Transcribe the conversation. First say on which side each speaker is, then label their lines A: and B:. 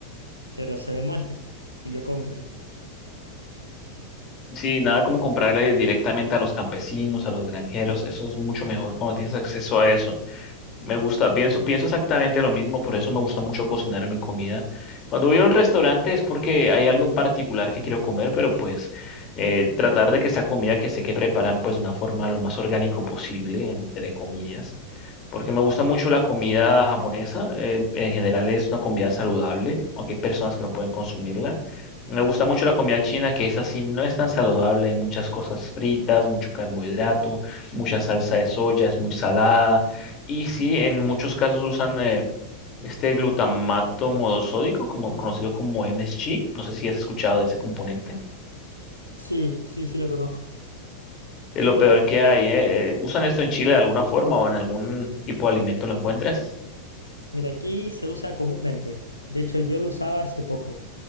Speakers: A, on the left; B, on the left.
A: pero se demuestra. Y yo compro ahí.
B: Sí, nada como comprarle directamente a los campesinos, a los granjeros. Eso es mucho mejor cuando tienes acceso a eso. Me gusta, pienso, pienso exactamente lo mismo, por eso me gusta mucho cocinar mi comida. Cuando voy a un restaurante es porque hay algo en particular que quiero comer, pero pues eh, tratar de que esa comida que sé que preparan pues de una forma lo más orgánico posible, entre comillas, porque me gusta mucho la comida japonesa, eh, en general es una comida saludable, aunque hay personas que no pueden consumirla. Me gusta mucho la comida china, que es así, no es tan saludable, hay muchas cosas fritas, mucho carbohidrato, mucha salsa de soya, es muy salada y sí, en muchos casos usan eh, este glutamato monosódico, como, conocido como MSG. No sé si has escuchado de ese componente.
A: Sí, sí, sí lo conozco.
B: Es lo peor que hay, ¿eh? Eh, Usan esto en Chile de alguna forma o en algún tipo de alimento lo encuentras.
A: Mira, aquí se usa comúnmente. De hecho, yo lo usaba hace poco.